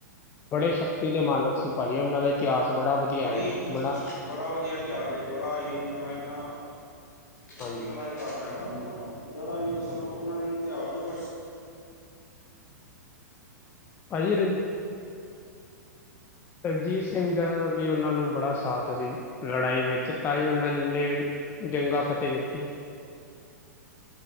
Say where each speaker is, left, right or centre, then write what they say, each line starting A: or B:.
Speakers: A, on the left (about 25°); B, on the left (about 80°).
A: ਬੜੇ ਸ਼ਕਤੀ ਦੇ ਮਾਲਕ ਸੀ ਪਾਜੀ ਉਹਨਾਂ ਦਾ ਇਤਿਹਾਸ ਬੜਾ ਵਧੀਆ
B: ਬੜੀ
A: ਹੈਗਾ ਬੜਾ
B: ਬੜਾ ਵਧੀਆ ਇਤਿਹਾਸ ਏ ਬੜਾ ਹੀ ਮੈਂ ਕਿਹਣਾ ਚੜ੍ਹਦੀ
A: ਹਾਂਜੀ
B: ਕਲਾ ਇਤਿਹਾਸ ਏ। ਹੈਗਾ ਉਹਨਾਂ ਨਾਲ ਜਿਹੜਾ ਵੀ ਮਤਲਬ ਉਹਨਾਂ ਦੀ ਇਤਿਹਾਸ ਤੋਂ ਕੁੱਛ
A: ੍ਪਾਜੀ ਰਿ ਰਣਜੀਤ ਸਿੰਘ ਦਾ ਵੀ ਓਨਾਂ ਨੂੰ ਬੜਾ ਸਾਥ ਸੀ। ਲੜਾਈ ਵਿੱਚ ਤਾ ਈ ਓਨਾਂ ਨੇ ਏਨੇ ਜੰਗਾ ਫਤੇ ਕੀਤੀ।